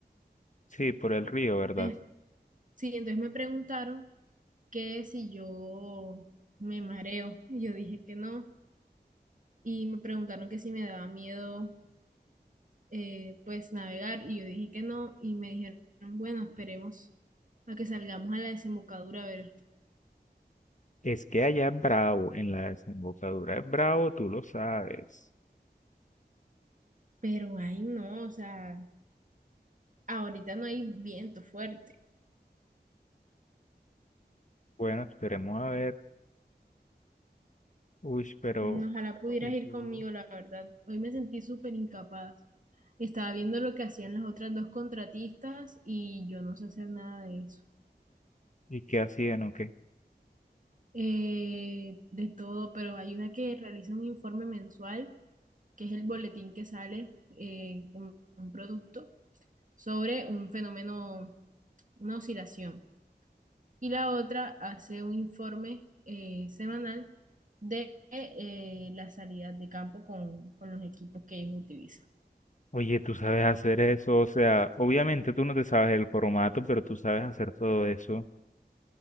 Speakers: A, on the left (about 45°); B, on the right (about 50°).
A: Sí, por el río, ¿verdad?
B: Eh, sí, entonces me preguntaron que si yo me mareo. Y yo dije que no. Y me preguntaron que si me daba miedo, eh, pues, navegar. Y yo dije que no. Y me dijeron, bueno, esperemos a que salgamos a la desembocadura a ver.
A: Es que allá es bravo, en la desembocadura es bravo, tú lo sabes.
B: Pero ahí no, o sea, ahorita no hay viento fuerte.
A: Bueno, esperemos a ver. Uy, pero
B: Mm, Ojalá pudieras
A: ¿Y
B: ir
A: tú?
B: conmigo, la verdad. Hoy me sentí súper incapaz. Estaba viendo lo que hacían las otras dos contratistas y yo no sé hacer nada de eso.
A: ¿Y qué hacían o qué?
B: Eh, de todo, pero hay una que realiza un informe mensual, que es el boletín que sale eh, con un producto sobre un fenómeno, una oscilación. Y la otra hace un informe eh, semanal de eh, las salidas de campo con, con los equipos que ellos utilizan.
A: Oye, tú sabes hacer eso, o sea, obviamente tú no te sabes el formato, pero tú sabes hacer todo eso,